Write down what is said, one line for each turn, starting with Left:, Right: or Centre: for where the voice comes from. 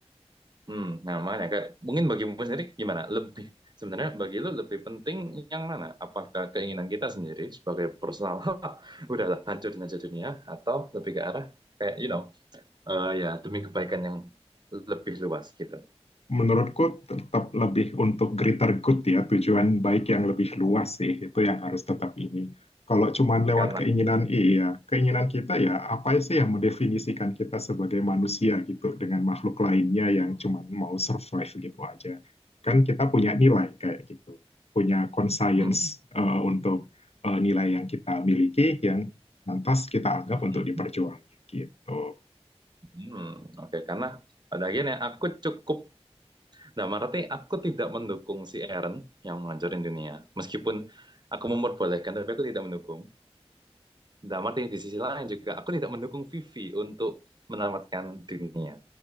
Right: Hmm, nah makanya kayak, mungkin bagimu sendiri gimana? Lebih Sebenarnya bagi lu lebih penting yang mana? Apakah keinginan kita sendiri sebagai personal, <laughs> udahlah hancurin aja dunia, atau lebih ke arah kayak you know eh, ya demi kebaikan yang lebih luas gitu.
Left: Menurutku tetap lebih untuk greater good ya, tujuan baik yang lebih luas sih, itu yang harus tetap ini. Kalau cuman lewat
Right: Karena
Left: keinginan, iya, keinginan kita ya apa sih yang mendefinisikan kita sebagai manusia gitu dengan makhluk lainnya yang cuman mau survive gitu aja. Kan kita punya nilai kayak gitu, punya conscience
Right: hmm,
Left: eh, untuk eh, nilai yang kita miliki yang lantas kita anggap
Right: hmm,
Left: untuk
Right: hmm,
Left: diperjuangin gitu.
Right: hmm. oke karena pada akhirnya aku cukup, nah berarti aku tidak mendukung si Aaron yang menghancurin dunia. Meskipun aku memperbolehkan, tapi aku tidak mendukung. Nah berarti di sisi lain juga aku tidak mendukung Vivi untuk menyelamatkan dunia.